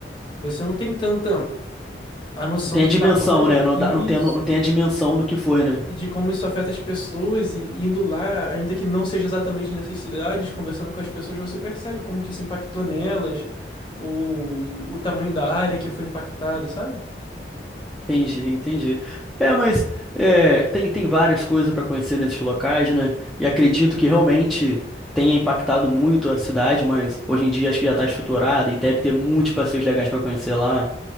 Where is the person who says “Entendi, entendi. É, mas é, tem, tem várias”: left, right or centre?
Centre